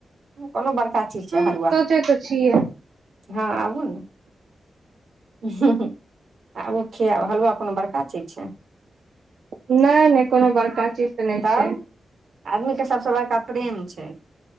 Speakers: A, on the right; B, on the right.
A: कोनो बड़का चीज छैय
B: ह
A: हलुआ।
B: सोचे तऽ छियै
A: हा आबू नहि हु आबू खियाब हलुआ कोनो बड़का चीज छैय
B: नहि नहि कोनो बड़का चीज तऽ नहि
A: तब
B: छैय।
A: आदमी के सभसँ बड़का प्रेम छैय